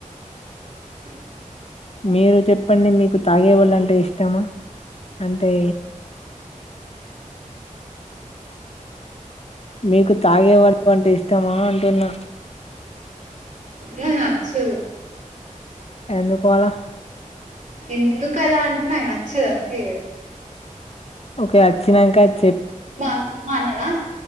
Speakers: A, on the right; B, on the left.
A: అ
B: మీరు చెప్పండి మీకు తాగేవాళ్లు అంటే ఇష్టమా అంటే మీకు తాగేవాళ్లు అంటే ఇష్టమా అంటున్నా
A: నాకు నచ్చదు
B: ఎందుకు అలా
A: ఎందుకలా అంటున్నా నచ్చదు అంతే అది
B: ఓకే వచ్చినాంక చె
A: మా మానరా